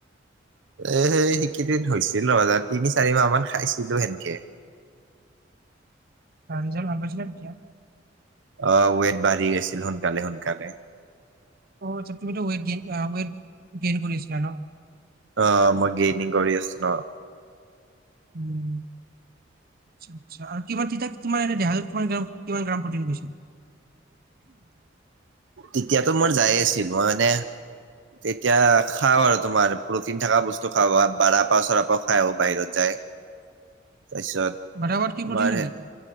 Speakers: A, on the right (about 70°); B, on the right (about 50°).
A: এ সেইকেইদিন হৈছিল <unintelligible> তিনি চাৰি মাহ মান খাইছিলো সেনকে।
B: ৰিজাল ভাল পাইছিলা, তেতিয়া।
A: অৱ ৱেট বাঢ়ি আছিল সোনকালে সোনকালে।
B: অ তুমি এ ৱট গেইন ৱট গেইন কৰি আছিলা ন।
A: অৱ মই গেইনিং কৰি আছো ন।
B: উম। আচ্ছা আচ্ছা আৰু কিমান তিতাত কিমান এত কি কিমান গ্ৰাম প্ৰ'টিন পাইছা।
A: তেতিয়াতো মোৰ যাই আছিল মই মানে তেতিয়া খাও আৰু তোমাৰ প্ৰটিন থকা বস্তু খাও বা পাও চৰা পৰাাও খাই বাহিৰত যায়। তাৰপিছত।
B: <unintelligible> কি
A: তোমাৰ
B: protein থাকে?